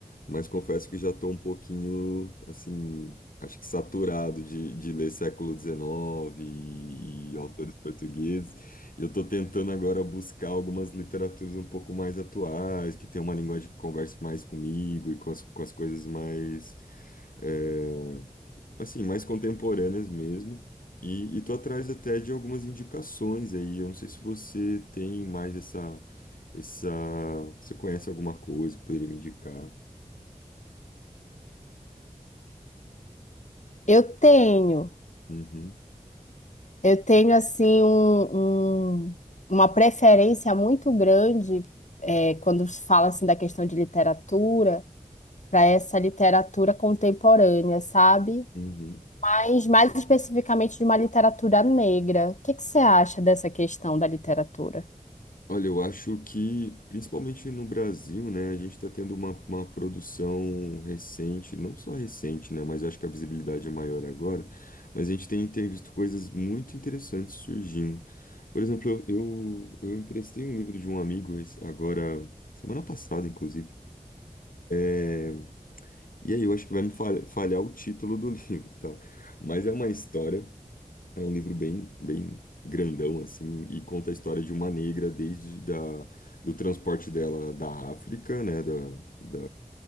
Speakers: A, on the left; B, on the left.
A: mas confesso que já estou um pouquinho, assim, acho que saturado de, de ler século XIX e, e autores portugueses. Eu estou tentando agora buscar algumas literaturas um pouco mais atuais, que tem uma linguagem que converse mais comigo e com as, com as coisas mais, é, assim, mais contemporâneas mesmo. E estou atrás até de algumas indicações aí. Eu não sei se você tem mais essa, essa, você conhece alguma coisa que poderia me indicar?
B: Eu tenho,
A: Uhum,
B: eu tenho assim um- um- uma preferência muito grande é, quando se fala assim da questão de literatura para essa literatura contemporânea, sabe?
A: uhum.
B: Mas mais especificamente de uma literatura negra. O que que você acha dessa questão da literatura?
A: Olha, eu acho que, principalmente no Brasil, né, a gente está tendo uma, uma produção recente, não só recente, né, mas eu acho que a visibilidade é maior agora, mas a gente tem, tem visto coisas muito interessantes surgindo. Por exemplo, eu, eu, eu emprestei um livro de um amigo esse- agora, semana passada, inclusive, é, e aí eu acho que vai me falha- falhar o título do <laughs> livro, tá? Mas é uma história é um livro bem, bem grandão, assim, e conta a história de uma negra desde da, do transporte dela da África, né, da, da,